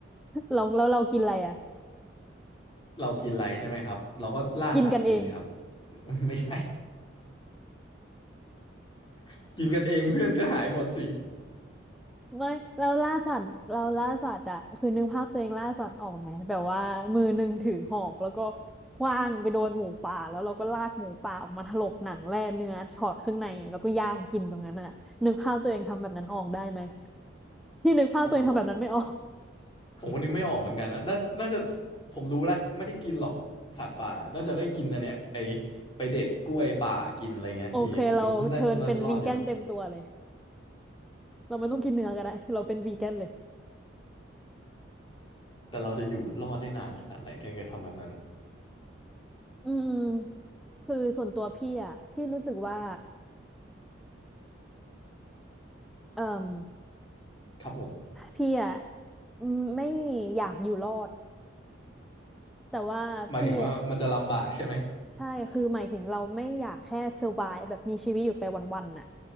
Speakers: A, in the centre; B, on the left (about 25°).
A: เราแล้วเรากินอะไรอะ
B: เรากินอะไรใช่ไหมครับเราก็ล่าสัตว์กินครับ
A: กินกันเอง
B: <laughs> ไม่ใช่ <laughs> กินกันเองเพื่อนก็หายหมดสิ
A: ไม่เราล่าสัตว์เราล่าสัตว์อ่ะคือนึกภาพตัวเองล่าสัตว์ออกไหมแบบว่ามือหนึ่งถือหอกแล้วก็ขว้างไปโดนหมูป่าแล้วเราก็ลากหมูป่าออกมาถลกหนังแล่เนื้อช็อตข้างในแล้วก็ย่างกินตรงนั้นอ่ะนึกภาพตัวเองทำแบบนั้นออกได้ไหมที่นึกภาพตัวเองทำแบบนั้นไม่ออก
B: โอ้โห ผมก็นึกไม่ออกเหมือนกันนะน่าน่าจะผมรู้แล้วไม่ได้กินหรอกสัตว์ป่าน่าจะได้กินอันเนี้ยไอไปเด็ดกล้วยป่ากินอะไรเงี้ยพี่ผมน่าจะน่าจะรอดอยู่
A: โอเคเราเทิร์นเป็นวีแกนเต็มตัวเลยเราไม่ต้องกินเนื้อก็ได้เราเป็นวีแกนเลย
B: แต่เราจะอยู่รอดได้นานขนาดไหนถ้าเกิดทำแบบนั้น
A: อืมคือส่วนตัวพี่อ่ะพี่รู้สึกว่าเอ่ม
B: ครับผม
A: พี่อ่ะอืมไม่อยากอยู่รอด แต่ว่าพี่อะ
B: หมายถึงว่ามันจะลำบากใช่ไหม
A: ใช่คือหมายถึงเราไม่อยากแค่ survive แบบมีชีวิตอยู่ไปวันๆน่ะ